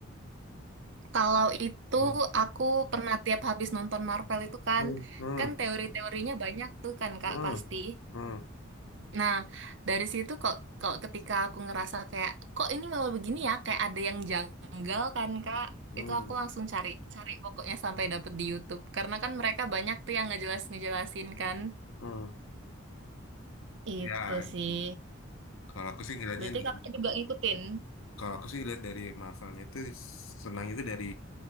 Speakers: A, on the right; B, on the left.
A: Kalau itu
B: Hmm,
A: aku pernah tiap habis nonton Marvel itu kan,
B: hmm, hmm,
A: kan teori-teorinya banyak tuh kan Kak
B: hmm,
A: pasti.
B: hmm.
A: Nah, dari situ kok kalau ketika aku ngerasa kayak kok ini malah begini ya, kayak ada yang janggal kan Kak,
B: Hmm.
A: itu aku langsung cari cari pokoknya sampai dapet di YouTube. Karena kan mereka banyak tuh yang ngejelas-ngejelasin kan.
B: Hmm.
A: Itu
B: Ya, itu.
A: sih.
B: Kalau aku sih ngeliatnya
A: Berarti kakak
B: dari
A: Juga ngikutin.
B: kalau aku sih lihat dari Marvelnya itu senang itu dari